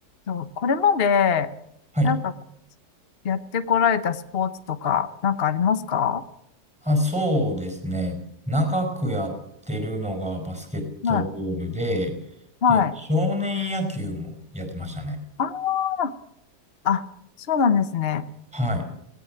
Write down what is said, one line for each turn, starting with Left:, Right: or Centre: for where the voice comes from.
Left: そうこれまで、
Centre: はい。
Left: なんか、やってこられたスポーツとか、なんかありますか
Centre: あ、そうですね。長くやってるのがバスケットボールで、
Left: はい。はい。
Centre: で、少年野球もやってましたね。
Left: あああ、そうなんですね。
Centre: はい。